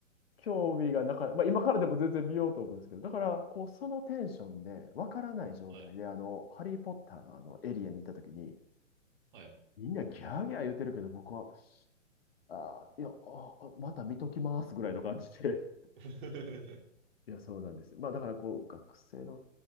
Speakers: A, on the left; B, on the right.
A: 興味がなか、まあ、今からでも全然見ようと思うんですけど、だから、こう、そのテンションで、わからない状態で、
B: はい。
A: あの、ハリー・ポッターのあの、エリアに行った時に、
B: はい。
A: みんなギャーギャー言ってるけど、僕は、あー、いや、あー、また見ときますぐらいの感じで。
B: <laughs>
A: <laughs> いや、そうなんですよ。まあ、だから、こう、学生の